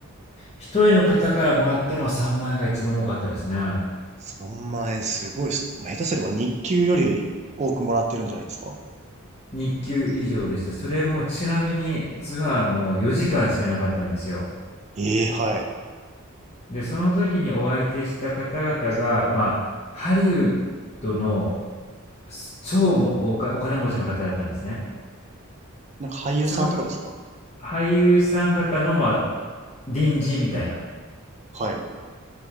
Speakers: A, on the left; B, on the right.
A: 一人の方からもらったのは3万円が一番多かったですね。
B: ?3 万円すごいっす。もう下手すれば日給より多くもらってるんじゃないですか
A: 日給以上でした。それもちなみにツアーも4時間しかなかったんですよ。
B: ええはい。
A: で、その時にお相手した方々が、まあ、ハリウッドの超もうおかお金持ちの方だったんですね。
B: なんか俳優さんとかですか
A: その俳優さん方の、まあ、隣人みたいな。
B: はい。